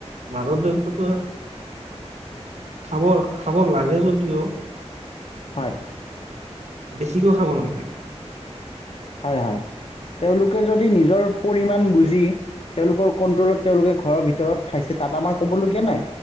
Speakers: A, on the right; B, on the left.
A: মাদক দ্ৰব্যটো খাবৰ খাব লাগে যদিও
B: হয়
A: বেছিকেও খাব নালাগে
B: হয় হয় তেওঁলোকে যদি নিজৰ পৰিমাণ বুজি তেওঁলোকৰ কণ্ট্ৰলত তেওঁলোকে ঘৰৰ ভিতৰত ভিতৰত খাইছে তাত আমাৰ ক'বলগীয়া নাই